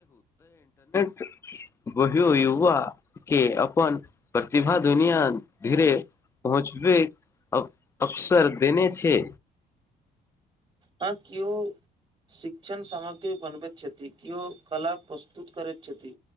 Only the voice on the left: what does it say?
<inaudible> बहियो युवा के अपन प्रतिभा दुनिया धीरे पहुँचबेक अक्सर देने छै